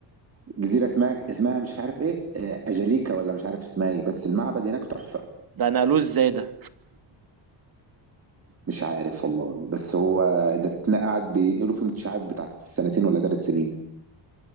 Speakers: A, on the right; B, on the right.
A: جزيرة اسمها اسمها مش عارف ايه آه، أجاليكا ولا مش عارف اسمها ايه بس المعبد هناك تحفة
B: ده انا قالوه ازاي ده
A: مش عارف والله بس هو ده اتنا- قاعد بينقلوا فيه مش عارف بتاع سنتين ولا ثلاث سنين